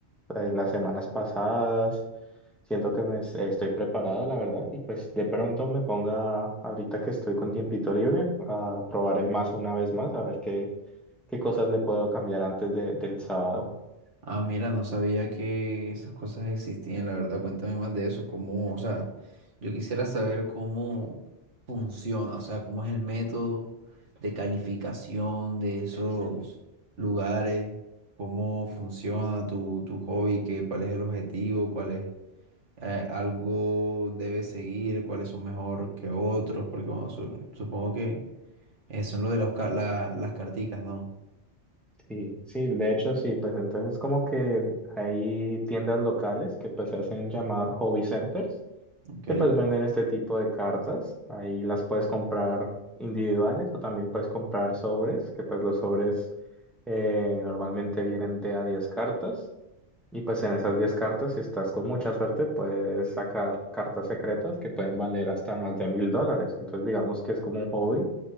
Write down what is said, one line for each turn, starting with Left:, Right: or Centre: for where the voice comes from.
Centre: eh, las semanas pasadas, siento que me, es- estoy preparado la verdad y pues de pronto me ponga ahorita que estoy con tiempito libre a probar el mazo una vez más, a ver qué, qué cosas le puedo cambiar antes de- del sábado.
Right: Ah, mira, no sabía que esas cosas existían, la verdad. Cuéntame más de eso, cómo, o sea, yo quisiera saber cómo funciona, o sea, cómo es el método de calificación de esos lugares, cómo funciona tu, tu hobby, qué, cuál es el objetivo, cuál es, eh, algo debe seguir, cuáles son mejor que otros, porque bueno, su- supongo que eso es lo de los ca- la- las carticas, ¿no?
Centre: Sí, sí, de hecho sí, pues entonces como que hay tiendas locales que pues se hacen llamar hobby centers,
Right: Ok.
Centre: que pues venden este tipo de cartas, ahí las puedes comprar individuales o también puedes comprar sobres, que pues los sobres eh, normalmente vienen de a diez cartas y pues en esas diez cartas si estás con mucha suerte puedes sacar cartas secretas que pueden valer hasta más de mil dólares, entonces digamos que es como un hobby